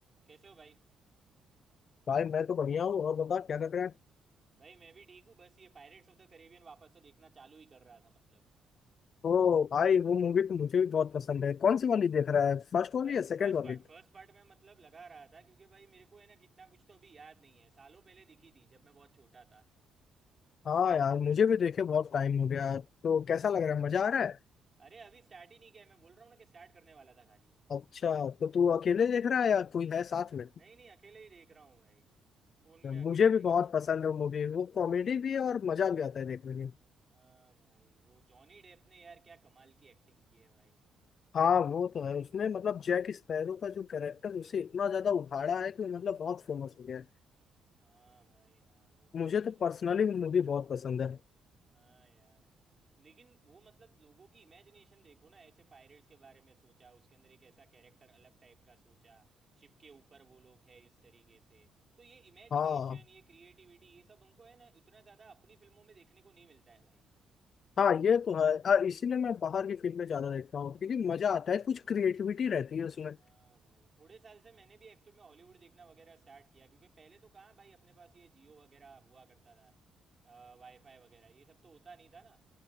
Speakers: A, on the right; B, on the left.
A: कैसे हो भाई
B: भाई मैं तो बढ़िया हूँ और बता क्या कर रहा है
A: भाई मैं भी ठीक हूँ बस ये पायरेट्स ऑफ द करेबियन वापस से देखना चालू ही कर रहा था मतलब
B: तो भाई वो मूवी तो मुझे भी बहुत पसंद है कौन सी वाली देख रहा है फर्स्ट वाली
A: भाई
B: या सेकंड
A: फर्स्ट
B: वाली
A: पार्ट फर्स्ट पार्ट में मतलब लगा रहा था क्योंकि भाई मेरे को है ना कितना कुछ तो अभी याद नहीं है सालों पहले दिखी थी जब मैं बहुत छोटा था
B: हाँ यार मुझे भी देखे बहुत टाइम हो गया तो कैसा लग रहा है मजा आ रहा है
A: अरे अभी स्टार्ट ही नहीं किया है, मैं बोल रहा हूँ ना कि स्टार्ट करने वाला था खाली
B: अच्छा तो तू अकेले देख रहा है या कोई है साथ में
A: नहीं नहीं अकेले ही देख रहा हूँ भाई फ़ोन
B: मुझे
A: में अकेले देख
B: भी बहुत
A: रहा हूँ ऐसे
B: पसंद है वो मूवी वो कॉमेडी भी है और मजा भी आता है देखने में
A: हाँ भाई वो जॉनी डेप ने यार क्या कमाल की एक्टिंग की है भाई
B: हाँ वो तो है उसमें मतलब जैक स्पैरो का जो कैरेक्टर उसे इतना ज्यादा उखाड़ा है कि मतलब बहुत फेमस हो गया है
A: हाँ भाई हाँ वो बात
B: मुझे
A: तो
B: तो
A: है
B: पर्सनली मूवी बहुत पसंद है
A: हाँ यार लेकिन वो मतलब लोगों की इमेजिनेशन देखो ना ऐसे पायरेट्स के बारे में सोचा उसके अंदर एक ऐसा कैरेक्टर अलग टाइप का सोचा शिप के ऊपर वो लोग है इस तरीके से तो ये इमेजिनेशन
B: हाँ
A: ये क्रिएटिविटी ये सब हमको है ना उतना ज़्यादा अपनी फिल्मों में देखने को नहीं मिलता है भाई
B: हाँ ये तो है और इसीलिए मैं बाहर की फिल्में ज्यादा देखता हूँ क्योंकि मजा आता है कुछ क्रिएटिविटी रहती है उसमें
A: हाँ भाई थोड़े साल से मैंने भी एक्चुअल में हॉलीवुड देखना वगैरह स्टार्ट किया क्योंकि पहले तो कहाँ भाई अपने पास ये जियो वगैरह हुआ करता था वाईफाई वगैरह ये सब तो होता नहीं था ना